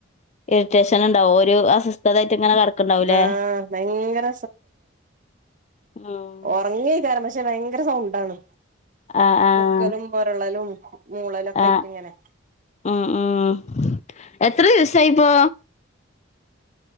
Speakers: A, on the left; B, on the right.
A: ഇറിറ്റേഷനുണ്ടാവും ഒരു അസ്വസ്ഥതായിട്ട് ഇങ്ങനെ കെടക്കുണ്ടാവൂല്ലേ
B: ആഹ് ഭയങ്കര
A: ആഹ്
B: ഉറങ്ങിക്കാരം പക്ഷെ ഭയങ്കര സൗണ്ടാണ്
A: ആഹ് ആഹ്
B: മുക്കലും മൊരണ്ടാലും മൂളലൊക്കെ
A: ആഹ്
B: ആയിട്ടിങ്ങനെ
A: ഉം ഉം എത്ര ദിവസായിപ്പൊ